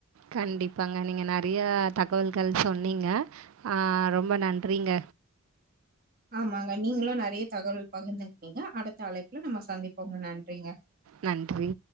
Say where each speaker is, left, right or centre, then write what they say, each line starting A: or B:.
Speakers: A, on the right; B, on the right.
A: கண்டிப்பாங்க நீங்க நெறையா தகவல்கள் சொன்னீங்க ஆ ரொம்ப நன்றிங்க
B: ஆமாங்க நீங்களு நெறையா தகவல் பகிர்ந்துகினிங்க அடுத்த அழைப்புல நம்ப சந்திப்போங்க நன்றிங்க
A: நன்றி